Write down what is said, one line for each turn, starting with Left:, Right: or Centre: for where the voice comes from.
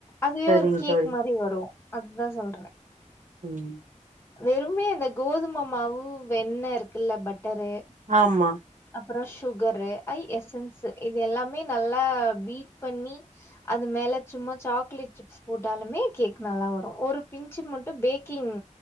Left: அதுவே
Right: சரிங்க
Left: ஒரு கேக்கு
Right: தோழி
Left: மாரி வரும் அதுதா சொல்ற
Right: உம்
Left: வெறும்மே அந்த கோதும மாவு வெண்ண இருக்குல்ல பட்டரு
Right: ஆமா
Left: அப்புறோ சுகரு ஐ எசன்ஸ் இது எல்லாமே நல்லா பீட் பண்ணி அது மேல சும்மா சாக்லேட் ச் போட்டாலுமே கேக் நல்லா வரும் ஒரு பிஞ்சு மட்டும் பேக்கிங்